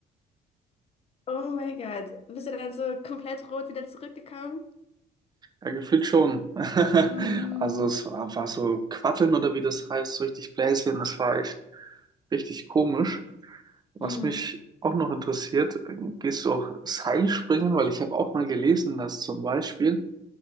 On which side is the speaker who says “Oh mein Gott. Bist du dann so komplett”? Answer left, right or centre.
Left